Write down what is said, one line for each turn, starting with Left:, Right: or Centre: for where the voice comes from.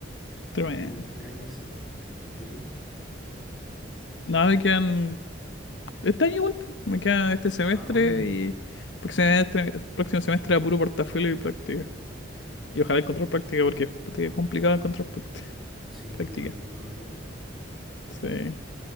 Left: Tremendo.
Centre: Me queda este año y salgo. ¿Y a ti?
Left: No, me quedan. Este año igual, po. Me queda este semestre
Centre: Ah, bueno.
Left: y. Próximo semestre, próximo semestre a puro portafolio y práctica. Y ojalá encontrar
Centre: Ah,
Left: práctica porque puta que es complicado encontrar práctica.
Centre: sí,
Left: práctica.
Centre: yo tuve el mismo problema.
Left: Sí.